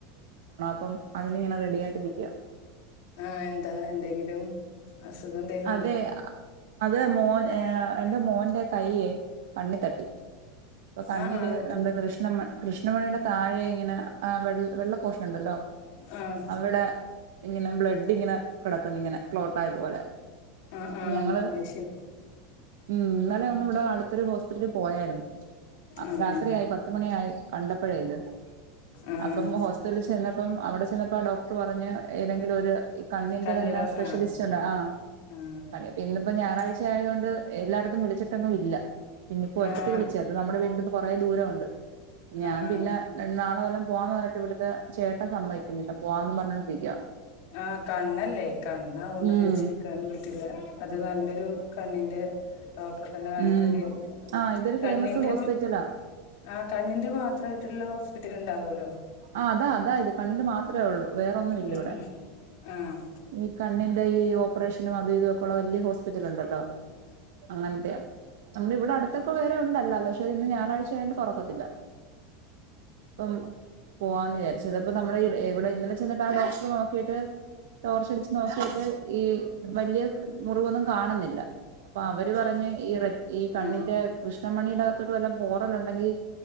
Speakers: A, on the right (about 80°); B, on the left (about 55°).
A: പ്പം അതിന് ഇങ്ങനെ റെഡിയായിട്ട് ഇരിക്കുവാ
B: ആഹ് എന്താ എന്തെങ്കിലും അസുഖം എന്തേലും
A: അതെ
B: ഉണ്ടോ
A: അത് മോൻ ഏ എന്റെ മോന്റെ കയ്യേ കണ്ണി തട്ടി അപ്പൊ കണ്ണില്
B: ആഹ് ആഹ് ആഹ് എന്നിട്ട്
A: നമ്മുടെ കൃഷ്ണമ കൃഷ്ണമണീടെ താഴെ ഇങ്ങനെ ആ വെള്ള വെള്ള പോഷൻ ഉണ്ടല്ലോ
B: ആഹ്
A: അവിടെ ഇങ്ങനെ ബ്ലഡ് ഇങ്ങനെ കിടക്കുന്നു ഇങ്ങനെ ക്ലോട്ട് ആയതുപോലെ.
B: ആഹ് ആഹ്
A: ഞങ്ങള്
B: അത് ശരി
A: ഉം ഇന്നലെ ഒന്ന് ഇവിടെ അടുത്ത് ര് ഹോസ്പിറ്റല് പോയായിരുന്നു
B: ഉം
A: രാത്രിയയി പത്തുമണിയായി കണ്ടപ്പോഴേ ഇത്
B: ആഹ്
A: അപ്പം ഹോസ്പിറ്റലിൽ ചെന്നപ്പം അവിടെ ചെന്നപ്പോ ആ ഡോക്ടർ പറഞ്ഞ് ഏതെങ്കിലും ഒരു കണ്ണിന്റെ
B: കണ്ണ്
A: തന്നെ
B: ഡോ
A: സ്പെഷ്യലിസ്റ്റ്
B: ആഹ്
A: ഉണ്ട് ആഹ്.
B: ആഹ്
A: <unintelligible> ഇന്ന് ഇപ്പൊ ഞായറാഴ്ച ആയതുകൊണ്ട് എല്ലായിടത്തും വിളിച്ചിട്ടങ്ങും ഇല്ല. പിന്നിപ്പൊ ഒരിടത്തു
B: ആഹ്
A: വിളിച്ചു അത് നമ്മടെ വീടിൻ്റെ തൊട് കൊറേ ദൂരമുണ്ട് ഞാൻ
B: ആഹ്
A: പിന്നെ നാളെ വല്ലോം പോവാന്ന് പറഞ്ഞിട്ട് ഇവിടുത്തെ ചേട്ടൻ സമ്മതിക്കുന്നില്ല പോവാന്ന് പറഞ്ഞോണ്ടിരിക്കുക.
B: ആഹ് കണ്ണല്ലേ കണ്ണ് അതൊണ്ട്
A: ഉം
B: വെച്ചിരിക്കാനും പറ്റ് റ്റില്ല അത് നല്ലൊരു കണ്ണിന്റെ ഇപ്പത്തന്നെ കാണിക്കേണ്ടി
A: ഉം
B: വരും
A: ആഹ് ഇതൊരു ഫേമസ്
B: കണ്ണിന്റെ
A: ഹോസ്പിറ്റലാ
B: ആഹ് കണ്ണിന്റെ മാത്രായിട്ടുള്ള ഹോസ്പിറ്റൽ ഉണ്ടാവുമല്ലോ.
A: ആഹ് അതാ അതാ ഇത് കണ്ണ് മാത്രേ ഉള്ളൂ വേറൊന്നും ഇല്ല
B: ഉം
A: ഇവിടെ
B: ആഹ്
A: ഈ കണ് കണ്ണിന്റെ ഈ ഓപ്പറേഷനും അത് ഇതുവൊക്കെ ഉള്ള വലിയ ഹോസ്പ്പിറ്റലുണ്ടല്ലോ അങ്ങനത്തെയാ നമ്മുടെ ഇവിടെ അടുത്തൊക്കെ വേറെ ഉണ്ട് അല്ല പക്ഷെ ഇന്ന് ഞായറാഴ്ച അയത് കൊണ്ട് തൊറക്കത്തില്ല അപ്പം പോവാന്ന് വിചാരിച്ചത് അപ്പോ നമ്മുടെ ഇവിടെ ഇന്നലെ ചെന്നിട്ട് ആ ഡോക്ടർ നോക്കിയിട്ട് ടോർച്ചടിച്ച് നോക്കിയിട്ട് ഈ വലിയ മുറിവൊന്നും കാണുന്നില്ല അപ്പൊ അവര് പറഞ്ഞ് ഈ റെറ്റ് ഈ കണ്ണിന്റെ
B: ആഹ്
A: കൃഷ്ണമണീടകത്തോട്ട് വല്ല കോറല്ണ്ടെങ്കി